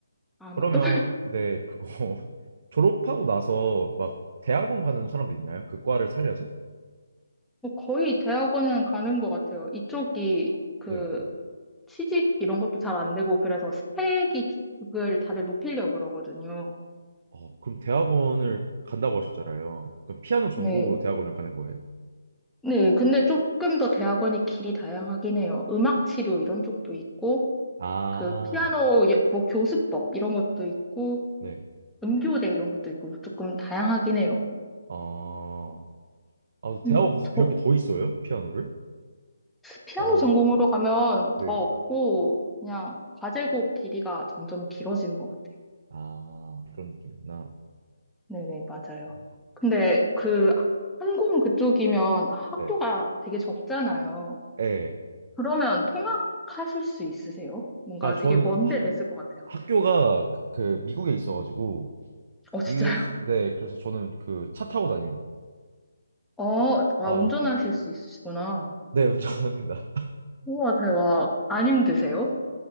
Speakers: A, in the centre; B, on the right (about 50°).
A: 아마도.
B: 그러면,
A: <laughs>
B: 네, 그거 <laughs> 졸업하고 나서 막 대학원 가는 사람도 있나요? 그 과를 살려서?
A: 뭐 거의 대학원은 가는 것 같아요. 이쪽이 그
B: 네.
A: 취직 이런 것도 잘 안 되고, 그래서 스펙을 다들 높이려고 그러거든요.
B: 어, 그럼 대학원을 간다고 하셨잖아요. 그럼 피아노 전공으로
A: 네.
B: 대학원을 가는 거예요?
A: 네, 근데 조금 더 대학원이 길이 다양하긴 해요. 음악 치료 이런 쪽도 있고,
B: 아,
A: 그 피아노 여- 뭐 교수법 이런 것도 있고,
B: 네.
A: 음교대 이런 것도 있고 조금 다양하긴 해요.
B: 어, 아,
A: 근데
B: 대학원 가서
A: 저
B: 배울 게 더 있어요? 피아노를?
A: 피아노
B: 아우,
A: 전공으로 가면 더
B: 네.
A: 없고 그냥 과제곡 길이가 점점 길어지는 것 같아요.
B: 아, 그런 느낌이구나.
A: 네네, 맞아요.
B: 어,
A: 근데 그 항공 그쪽이면 학교가
B: 네.
A: 되게 적잖아요.
B: 네.
A: 그러면 통학하실 수 있으세요? 뭔가
B: 아, 저는
A: 되게 먼데
B: 학,
A: 됐을 것 같아요.
B: 학교가 그, 그 미국에 있어가지고,
A: 어, 진짜요?
B: 미국에, 네, 그래서 저는 그 차 타고 다닙니다.
A: 어, 아,
B: 아,
A: 운전하실 수 있으시구나.
B: 네, 운전합니다.
A: 우와, 대박. 안 힘드세요?